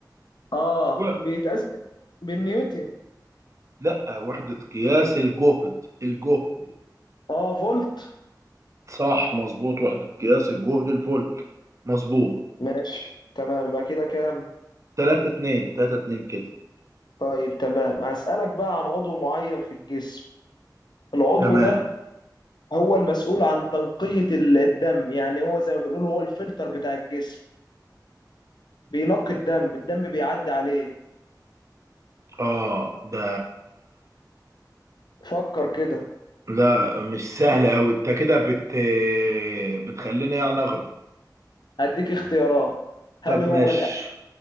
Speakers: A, on the left (about 75°); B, on the right (about 45°).
A: اه
B: و...
A: بيتقاس بالنيوتن
B: لا وحدة قياس الجهد الجهد
A: اه فولت
B: صح مظبوط وحدة قياس الجهد الفولت مظبوط
A: ماشي تمام يبقى كده كام
B: 3 2 3 2 كده
A: طيب تمام هسألك بقى عن عضو معين في الجسم العضو
B: تمام
A: ده هو المسؤول عن تنقية ال- الدم يعني هو زي ما بنقول هو الفلتر بتاع الجسم بينقي الدم الدم بيعدي عليه
B: اه ده
A: فكر كده
B: لا مش سهل قوي انت كده بت بتخليني يعني اغلط
A: هديك اختيارات
B: طب
A: هل هو
B: ماشي
A: القلب